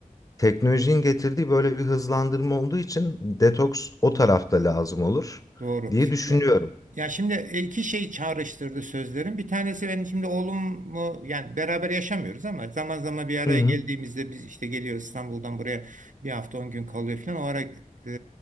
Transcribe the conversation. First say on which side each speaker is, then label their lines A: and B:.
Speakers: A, on the left; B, on the right.
A: Teknolojinin getirdiği böyle bir hızlandırma olduğu için detoks o tarafta lazım olur
B: Doğru.
A: diye düşünüyorum.
B: Ya Ya şimdi e, iki şey çağrıştırdı sözlerin Bir tanesi benim şimdi oğlumu yani beraber yaşamıyoruz ama zaman zaman bir araya
A: Hı hı.
B: geldiğimizde biz işte geliyoruz İstanbul'dan buraya bir hafta on gün kalıyor falan. O ara e,